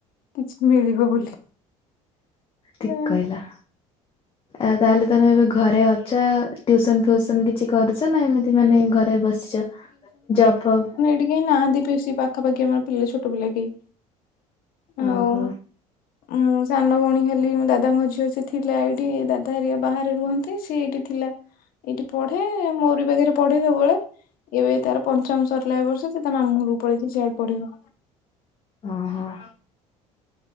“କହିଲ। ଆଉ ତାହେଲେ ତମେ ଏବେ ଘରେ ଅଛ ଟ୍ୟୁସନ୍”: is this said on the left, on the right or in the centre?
Left